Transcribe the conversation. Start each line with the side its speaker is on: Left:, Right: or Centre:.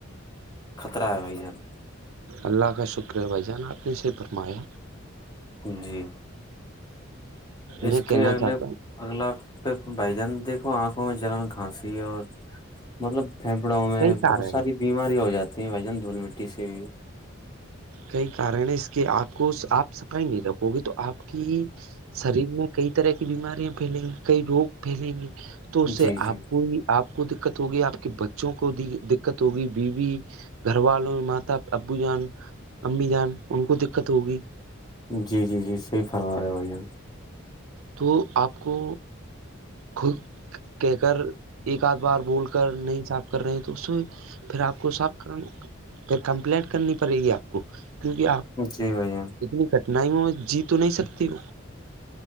Left: خطرہ ہے بھائی جان
Right: اللہ کا شکر ہے بھائی جان آپ نے صحیح فرمایا
Left: جی اس
Right: میں کہنا
Left: کے اگلے
Right: چاہتا ہوں
Left: اگلا پ بھائی جان دیکھو آنکھوں میں جلن کھانسی ہے اور مطلب پھیپڑوں میں
Right: کئی کارن
Left: بہت ساری
Right: ہیں
Left: بیماری ہو جاتی ہیں بھائی جان دھول مٹی سے بھی
Right: کئی کارن ہے اس کے آپ کو آپ صفائی نہیں رکھو گے تو آپ کی شریر میں کئی طرح کی بیماریاں پھیلیں گی کئی روگ پھیلیں گی تو اس سے
Left: جی جی
Right: آپ کو آپ کو دقت ہوگی آپ کے بچوں کو دقت ہوگی بیوی گھر والوں ماتا ابو جان امی جان ان کو دقت ہوگی
Left: جی جی جی صحیح فرما رہے بھائی ہم
Right: تو آپ کو خود کہہ کر ایک آدھ بار بول کر نہیں صاف کر رہے ہیں تو اس پھر آپ کو صاف کرنا پھر کمپلینٹ کرنی پڑے گی آپ کو کیونکہ آپ
Left: جی بھائی جان
Right: اتنی کٹھناؤں میں جی تو نہیں سکتی وہ